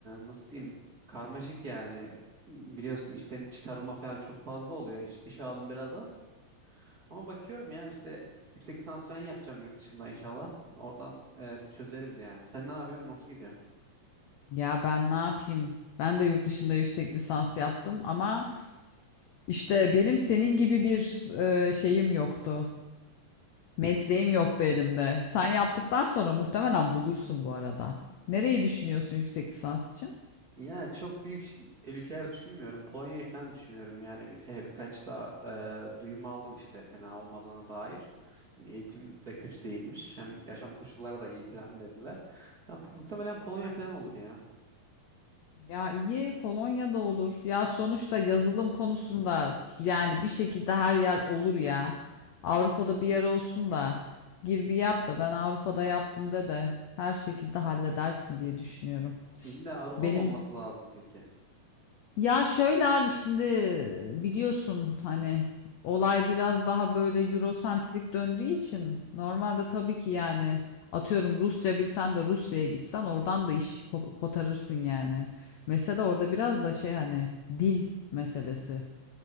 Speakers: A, on the right; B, on the left.
A: nasıl diyeyim karmaşık yani biliyorsun işten çıkarılma falan çok fazla oluyor İş, işe alım biraz az. Ama bakıyorum ya işte yüksek lisans falan yapacağım yurt dışında inşallah. Oradan e, bir çözeriz yani. Sen ne yapıyorsun? Nasıl gidiyor?
B: Ya ben ne yapayım? Ben de yurt dışında yüksek lisans yaptım ama işte benim senin gibi bir e, şeyim yoktu. Mesleğim yoktu elimde. Sen yaptıktan sonra muhtemelen bulursun bu arada. Nereyi düşünüyorsun yüksek lisans için?
A: Ya çok büyük ş- e, ülkeler düşünmüyorum. Polonya'yı falan düşünüyorum. Yani bir, e, birkaç da e, duyum aldım işte fena olmadığına dair. Yani eğitim de kötü değilmiş. Hem yaşam koşulları da iyi falan dediler. Ya, p- muhtemelen Polonya falan olur ya.
B: Ya iyi Polonya'da olur. Ya sonuçta yazılım konusunda yani bir şekilde her yer olur ya. Avrupa'da bir yer olsun da gir bir yap da ben Avrupa'da yaptım de de her şekilde halledersin diye düşünüyorum.
A: İlla Avrupa
B: Benim
A: mı olması lazım peki?
B: ya şöyle abi şimdi biliyorsun hani olay biraz daha böyle Eurosentrik döndüğü için normalde tabii ki yani atıyorum Rusça bilsen de Rusya'ya gitsen oradan da iş ko- kotarırsın yani. Mesela orada biraz da şey hani dil meselesi.